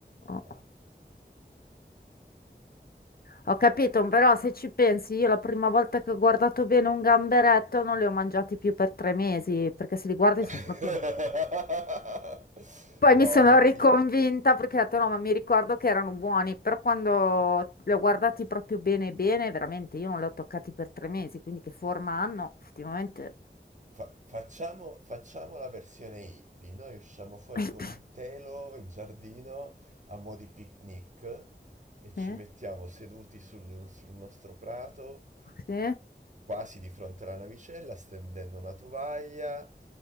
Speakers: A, on the left; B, on the right.
A: Oh.
B: Ah.
A: Ho capito, però se ci pensi, io la prima volta che ho guardato bene un gamberetto non li ho mangiati più per tre mesi, perché se li guardi
B: <laughs>
A: sono proprio... Poi
B: No,
A: mi sono
B: vabbè,
A: riconvinta
B: io,
A: perché ho detto no, ma mi ricordo che erano buoni, però quando li ho guardati proprio bene bene, veramente io non li ho toccati per tre mesi, quindi che forma hanno? Effettivamente,
B: Fa- facciamo, facciamo la versione hippie, noi usciamo fuori
A: <laughs>
B: con un telo in giardino a mo' di picnic e ci
A: sì,
B: mettiamo seduti sul, sul nostro prato,
A: sì.
B: quasi di fronte alla navicella, stendendo una tovaglia,